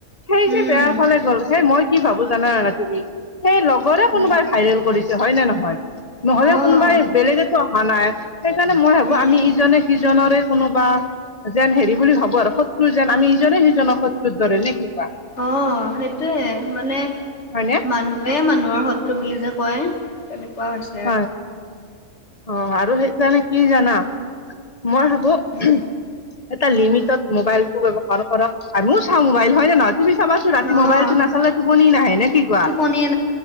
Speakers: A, on the left; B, on the left.
A: সেই
B: উম
A: যে বেয়াৰ ফালে গ'ল সেই মই কি ভাবো জানা তুমি সেই লগৰে কোনোবাই
B: উম
A: ভাইৰেল কৰিছে হয়নে নহয়? নহলেও
B: অ',
A: কোনোবাই বেলেগেতো অহা নাই সেইকাৰণে মই ভাবো
B: উম,
A: আমি ইজনে সিজনৰে কোনোবা যেন হেৰি বুলি ভাবো আৰু। শত্ৰু যেন আমি ইজনে - সিজনক শত্ৰুৰ দৰে নে কি কোৱা?
B: অ সেইটোয়ে মানে
A: হয়নে
B: মানুহে মানুহৰ শত্ৰু বুলি যে কয়। তেনেকুৱা হৈছ
A: হয়, অ আৰু সেইকাৰণে কি জানা? মই ভাবো উহ
B: উম,
A: এটা লিমিটত মোবাইলটো ব্যৱহাৰ কৰক, আমিও চাওঁ মোবাইল হয় নে নহয়? তুমি চাবা টো ৰাতি
B: অ',
A: মোবাইলটো নাচালে টোপনি নাহে নে কি কোৱা?
B: টোপনিয়ে